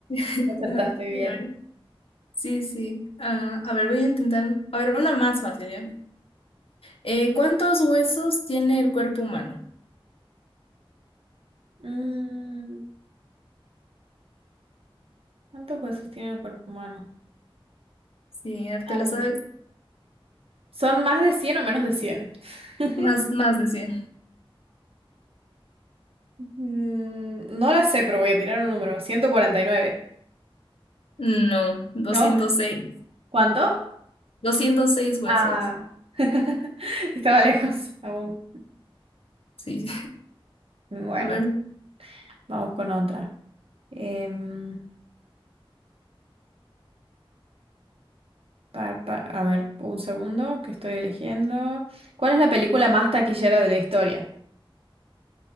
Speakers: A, on the left; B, on the right.
A: <laughs>
B: acertaste
A: Ajá,
B: bien.
A: Sí, a ver. sí. sí. Ah, a ver, voy a intentar. A ver, una más fácil, ¿ya? Eh, ¿cuántos huesos tiene el cuerpo humano?
B: Mm, ¿cuántos huesos tiene el cuerpo humano?
A: Sí,
B: Ay,
A: te la sabes.
B: ¿Son más de cien o menos de cien. <laughs>
A: Más, más de cien.
B: Mm, no la sé, pero voy a tirar un número. 149.
A: No, doscientos
B: ¿No?
A: seis,
B: ¿Cuánto?
A: doscientos seis huesos.
B: Ah, <laughs> estaba lejos aún.
A: Sí.
B: Bueno,
A: <laughs> A ver.
B: vamos con otra. Em, par- par- a ver, un segundo que estoy eligiendo. ¿Cuál es la película más taquillera de la historia?